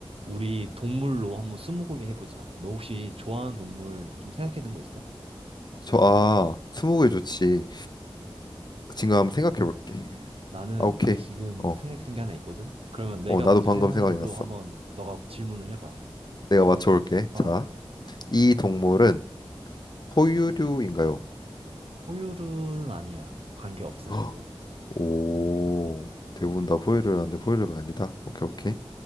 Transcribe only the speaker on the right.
우리 동물로 한번 스무고개 해보자. 너 혹시 좋아하는 동물 좀 생각해둔 거 있어?
나는
지금
생각해둔 게 하나 있거든? 그러면 내가
먼저
생각한
걸로
한번 너가 질문을 해봐.
어어.
포유류는 아니야. 관계없어,
전혀.